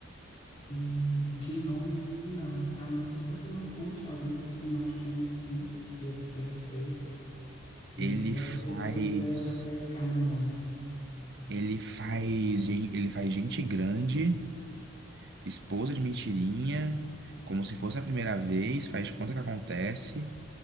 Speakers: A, on the left (about 30°); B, on the right (about 55°).
A: Hum, de nome assim, não. A não ser que você me conte algum personagem conhecido que ele tenha feito e
B: Ele
A: possa
B: faz,
A: ser que eu consiga refrescar a memória.
B: ele faz, gen- ele faz gente grande, esposa de mentirinha, como se fosse a primeira vez, faz de conta que acontece.